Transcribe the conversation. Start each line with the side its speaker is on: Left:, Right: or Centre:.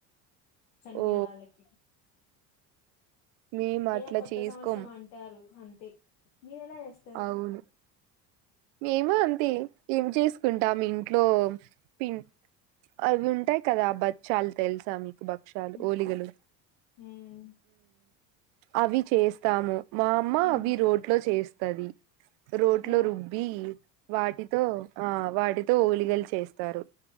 Left: చనిపోయిన
Right: ఓ
Left: వాళ్ళకి
Right: మేము అట్లా
Left: ఏదో కొత్త
Right: చేసుకోం
Left: సంవత్సరం అంటారు అంతే మీరెలా జేస్తారు
Right: అవును మేము అంతే ఏం చేసుకుంటా మీ ఇంట్లో పి అవి ఉంటాయి కదా బచ్చాలు తెలుసా మీకు బ బక్షాలు
Left: ఉమ్.
Right: ఓలిగలు
Left: ఉమ్.
Right: అవి చేస్తాము మా అమ్మ
Left: ఉమ్.
Right: అవి రోట్లో చేస్తది రోడ్లో
Left: ఓ
Right: రుబ్బి వాటితో ఆ వాటితో ఓలిగలు చేస్తారు